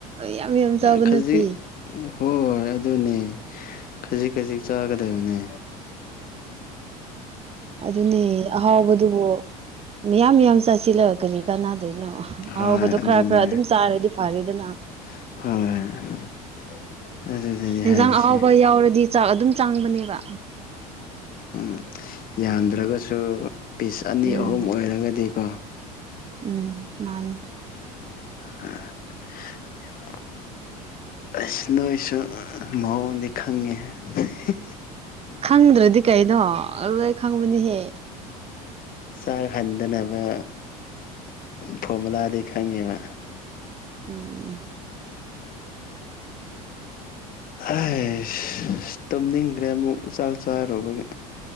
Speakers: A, on the right; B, on the left.
A: ꯌꯥꯝ ꯌꯥꯝ ꯆꯥꯕ
B: ꯑꯥ ꯈꯖꯤꯛ
A: ꯅꯠꯇꯦ
B: ꯍꯣꯏ ꯍꯣꯏ ꯑꯗꯨꯅꯦ ꯈꯖꯤꯛ ꯈꯖꯤꯛ ꯆꯥꯒ ꯗꯕꯅꯦ
A: ꯑꯗꯨꯅꯤ ꯑꯍꯥꯎꯕꯗꯨꯕꯨ ꯃꯤꯌꯥꯝ ꯃꯤꯌꯥꯝ ꯆꯥꯁꯤꯜꯂꯒ ꯀꯔꯤ ꯀꯅꯥꯗꯣꯏꯅꯣ
B: ꯍꯣꯏ
A: ꯑꯍꯥꯎꯕꯗꯣ
B: ꯑꯗꯨꯅꯦ
A: ꯈꯔ ꯈꯔ ꯑꯗꯨꯝ ꯆꯥꯔꯗꯤ ꯐꯔꯦꯗꯅ
B: ꯍꯣꯏ ꯑꯗꯨꯗꯅꯤ
A: ꯏꯟꯖꯥꯡ
B: ꯍꯥꯏꯔꯤꯁꯦ
A: ꯑꯍꯥꯎꯕ ꯌꯥꯎꯔꯗꯤ ꯆꯥꯛ ꯑꯗꯨꯝ ꯆꯥꯡꯕꯅꯦꯕ
B: ꯎꯝ ꯌꯥꯝꯗ꯭ꯔꯒꯁꯨ ꯄꯤꯁ ꯑꯅꯤ
A: ꯎꯝ
B: ꯑꯍꯨꯝ ꯑꯣꯏꯔꯒꯗꯤꯀꯣ
A: ꯎꯝ ꯃꯥꯅꯦ
B: <inaudible> ꯑꯁ ꯅꯣꯏꯁꯨ ꯃꯑꯣꯡꯗꯤ ꯈꯪꯉꯦ ꯍꯥꯍꯥ
A: ꯈꯪꯗ꯭ꯔꯗꯤ ꯀꯩꯅꯣ ꯂꯣꯏ ꯈꯪꯕꯅꯤꯍꯦ
B: ꯆꯥꯛ ꯍꯟꯗꯅꯕ ꯐꯣꯔꯃꯨꯂꯥꯗꯤ ꯈꯪꯉꯦꯕ
A: ꯎꯝ
B: ꯑꯩꯁ ꯇꯨꯝꯅꯤꯡꯈ꯭ꯔꯦ ꯑꯃꯨꯛ ꯆꯥꯛ ꯆꯥꯔꯨꯕꯒꯤ